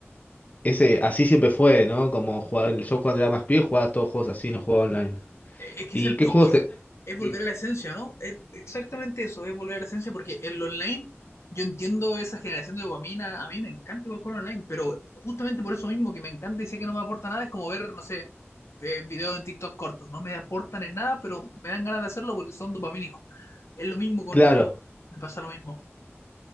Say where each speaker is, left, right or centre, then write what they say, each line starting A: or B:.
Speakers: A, on the left; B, on the left.
A: ese, así siempre fue, ¿no? Como jugar, yo cuando era más pibe jugaba todos juegos así, no jugaba online.
B: Eh, Es que
A: ¿Y
B: es el
A: qué
B: punto,
A: juegos te...?
B: es volver
A: Sí.
B: a la esencia, ¿no? Es exactamente eso, es volver a la esencia, porque el online, yo entiendo esa generación de dopamina, a mí me encanta igual jugar online, pero justamente por eso mismo que me encanta y sé que no me aporta nada, es como ver, no sé, eh, videos en TikTok cortos, no me aportan en nada, pero me dan ganas de hacerlo porque son dopamínicos. Es lo mismo con
A: Claro.
B: los juegos, online, me pasa lo mismo.